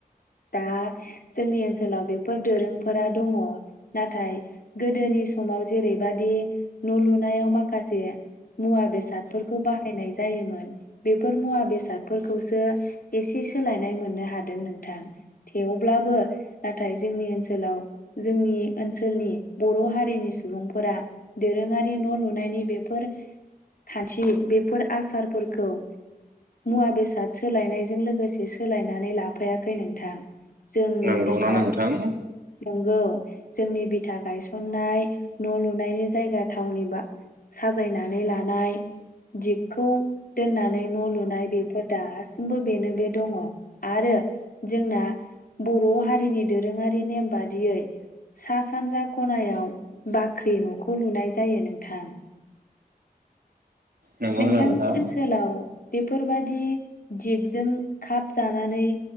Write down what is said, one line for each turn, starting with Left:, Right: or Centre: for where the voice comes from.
Left: दा जोंनि ओनसोलाव बेफोर दोरोंफोरा दङ नाथाय गोदोनि समाव जेरैबादि न' लुनायाव माखासे मुवा बेसादफोरखौ बाहायनाय जायोमोन बेफोर मुवा बेसादफोरखौसो एसे सोलायनाय मोननो हादों नोंथां थेवब्लाबो नाथाय जोंनि ओनसोलाव जोंनि ओनसोलनि बर' हारिनि सुबुंफोरा दोरोङारि न' लुनायनि बेफोर खान्थि बेफोर आसारफोरखौ मुवा बेसाद सोलायनायजों लोगोसे सोलायनानै लाफायाखै नोंथां। जोंनि
Right: नंगौना
Left: बिथा
Right: नोंथां
Left: नंगौ जोंनि बिथा गायनाय न' लुनायनि जायगा थावनि बा साजायनानै लानाय दिगखौ दोननानै न' लुनाय बेफोर दास्ट बो बेनो बे दङ आरो जोंना बर' हारिनि दोरोङारि नेम बादियै सा सानजा खनायाव बाख्रि नख खौ लुनाय जायो नोंथां।
Right: नंगौना
Left: नोंथांनि
Right: नोंथां
Left: ओनसोलाव बेफोरबादि दिगजों खाब जानानै